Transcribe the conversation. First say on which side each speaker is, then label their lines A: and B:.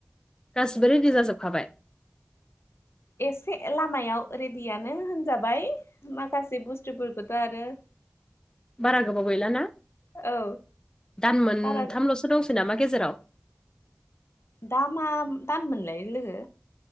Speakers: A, on the left; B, on the left.
A: गासिबो रेडि जाजोबखाबाय।
B: एसे लामायाव रेडियानो होनजाबाय। माखासे बुस्थुफोरखौथ' आरो
A: बारा गोबाव गैला ना
B: औ
A: दान मोनथामल'सो
B: बारा
A: दंसै नामा गेजेराव
B: दा मा दान मोनलाय लोगो